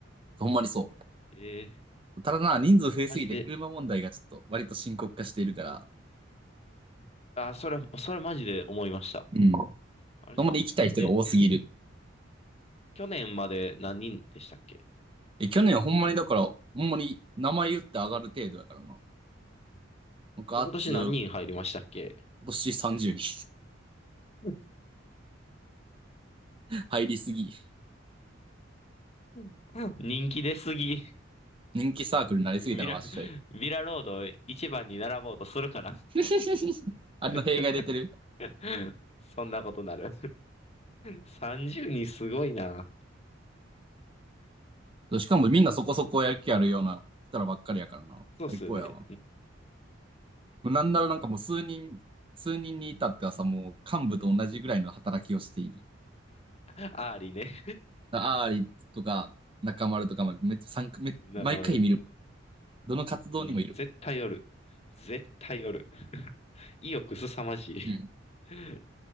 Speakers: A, on the right (about 25°); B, on the left (about 35°).
A: ほんまにそ
B: えー
A: う。ただな、人数増えすぎて車問題がちょっと割と深刻化しているから、
B: マジで、あ、それ、それマジで思いました。
A: うん。ほ
B: あれっす。
A: んまに行きたい人が多すぎる。
B: え、去年まで何人でしたっけ
A: え、去年はほんまにだから、ほんまに名前言って上がる程度だからな。なんか、
B: 今年何人入りましたっけ
A: あっつ、星30人
B: うん
A: <laughs> 入りすぎ。
B: うん <laughs> 人気出すぎ。
A: 人気サークルになりすぎたのわっしょい。
B: ビラ、ビラロード一番に並ぼうとするかな。
A: <laughs> あれの弊害出てる。
B: <laughs> そんなことなる。30人すごいな。
A: そうしかもみんなそこそこやる気あるような人らばっかりやからな。
B: そうっすよね。
A: 最高やわ。もうなんならなんかもう数人、数人に至ってはさ、もう幹部と同じぐらいの働きをしている。
B: アーリーね。
A: アーリとか、中丸とか、まあめっちゃ参加め、
B: 中丸。
A: 毎回見る。どの活動にもいる。
B: うん。絶対おる。絶対おる。<laughs> 意欲すさまじい。
A: うん。
B: うん